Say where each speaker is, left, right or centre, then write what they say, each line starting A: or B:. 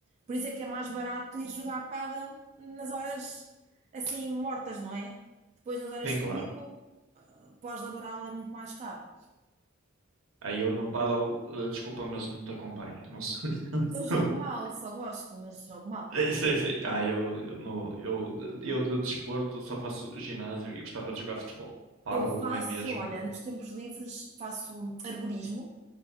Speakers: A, on the right; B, on the right.
A: Por isso é que é mais barato ir jogar pádel nas horas assim mortas, não é? Depois, nas horas
B: Bem
A: de
B: claro.
A: pico, pós-laboral é muito mais caro.
B: Aí eu no paddle, eh, desculpa, mas não te acompanho. Não sei. <laughs>
A: Eu jogo mal, só gosto, mas jogo mal.
B: Sei, sei. Ah, eu, eu no, eu, de- eu de desporto só faço ginásio e gostava de jogar futebol. Paddle
A: Eu faço,
B: não é mesmo.
A: olha, nos tempos livres faço arborismo.